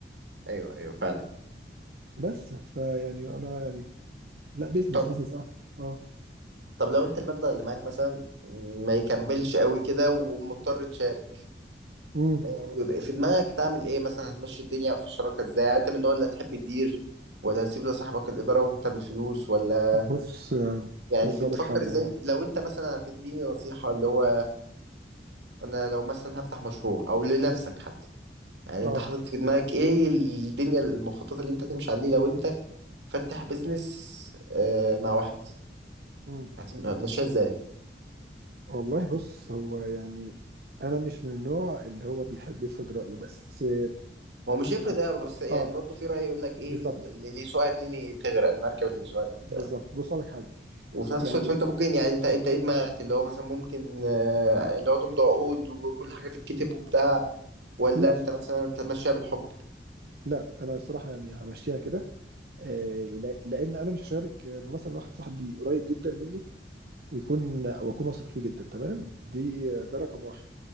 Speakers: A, on the right (about 80°); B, on the right (about 55°).
A: ايوه ايوه فعلا
B: بس فيعني انا يعني لا بيزنس
A: طب
B: بيزنس اه اه
A: طب لو انت المبلغ اللي معاك مثلا ما يكملش قوي كده ومضطر تشارك
B: امم
A: ما يعني بيبقى في دماغك تعمل ايه مثلا هتمشي الدنيا في الشراكه ازاي يعني انت من النوع اللي هتحب تدير ولا هتسيب لصاحبك الاداره وانت بالفلوس ولا
B: بص آه،
A: يعني
B: بص
A: بتفكر
B: اقول لك حاجه
A: ازاي
B: هو
A: لو انت مثلا هتديني نصيحة اللي هو انا لو مثلا هفتح مشروع او لنفسك حتى يعني
B: اه
A: انت حاطط في دماغك ايه الدنيا المخطط اللي انت تمشي عليه لو انت فاتح بيزنس آه، مع واحد
B: امم
A: هتم- هتمشيها ازاي
B: والله بص هو يعني انا مش من النوع اللي هو بيحب يفرض رايه بس آه،
A: هو مش هيفرق
B: بس
A: ده بس يعني
B: اه
A: برضه في رأي يقول لك ايه
B: بالظبط
A: اللي اللي يسوقها اتنين تغرق المركب اللي بيسوقها اتنين
B: بالظبط
A: تغرق
B: بص اقول لك حاجه
A: وفي نفس
B: يعني
A: الوقت انت ممكن يعني انت انت ايه دماغك اللي هو مثلا ممكن آه، اللي هو تمضي عقود وكل حاجة تتكتب وبتاع ولا
B: لا
A: انت مثلا تمشيها بالحب
B: لا انا الصراحه يعني همشيها كده آه، لا- لان انا مش هشارك غير مثلا واحد صاحبي قريب جدا مني ويكون واكون واثق فيه جدا تمام دي ده رقم واحد